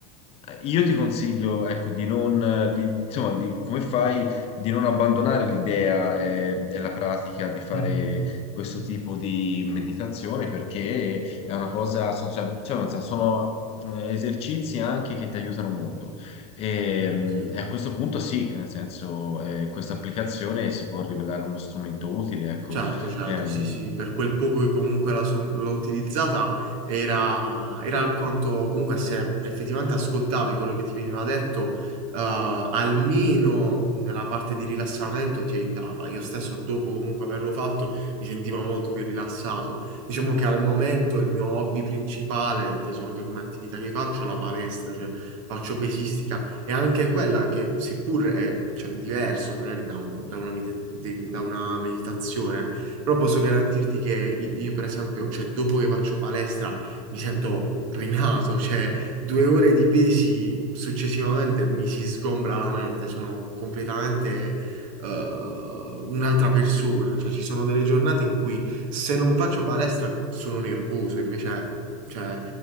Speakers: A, on the left; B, on the right.
A: io ti consiglio ecco, di non, di- insomma, di- come fai, di non abbandonare l'idea eh, e, la pratica di fare
B: Mhm.
A: questo tipo di meditazione perché è una cosa, so- cioè, cioè, nel senso, sono, eh, esercizi anche che ti aiutano molto. E,
B: Ok.
A: mm, e a questo punto sì, nel senso, eh, questa applicazione si può rivelare uno strumento utile, ecco.
B: Certo, certo,
A: Ehm,
B: sì, sì, per quel poco che comunque la son- l'ho utilizzata era, era alquanto, comunque se effettivamente ascoltavi quello che ti veniva detto, eh, almeno nella parte di rilassamento ti aiutava. Io stesso dopo comunque averlo fatto mi sentivo molto più rilassato. Diciamo che al momento il mio hobby principale, inteso anche come attività che faccio, è la palestra, cioè faccio pesistica è anche quella che, seppur è, cioè, è diverso magari da, un- da una medit- di- da una meditazione, però posso garantirti che i- io, per esempio, cioè, dopo che faccio palestra mi sento rinato, cioè due ore di pesi successivamente mi si sgombra la mente, sono completamente... eh, un'altra persona, cioè ci sono delle giornate in cui se non faccio palestra sono nervoso, invece cioè,